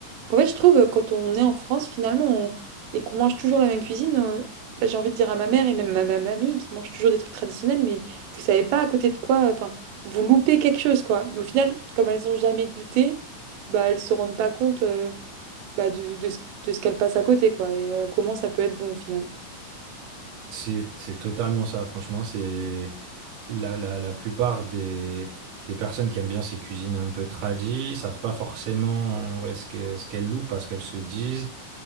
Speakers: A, on the right (about 80°); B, on the right (about 60°).
A: En fait, je trouve, euh, quand on est en France, finalement, on- et qu'on mange toujours la même cuisine, euh, bah, j'ai envie de dire à ma mère et même à ma mamie qui mange toujours des trucs traditionnels, mais vous savez pas à côté de quoi, euh, enfin, vous loupez quelque chose, quoi. Mais au final, comme elles n'ont jamais goûté, bah, elles se rendent pas compte. euh, bah, du- de, ce de ce qu'elle passe à côté, quoi, et euh, comment ça peut être bon au final.
B: C'est c'est totalement ça, franchement, c'est la, la, la plupart des, des personnes qui aiment bien ces cuisines un peu tradies, savent pas forcément ouais, ce que, ce qu'elles louent parce qu'elles se disent.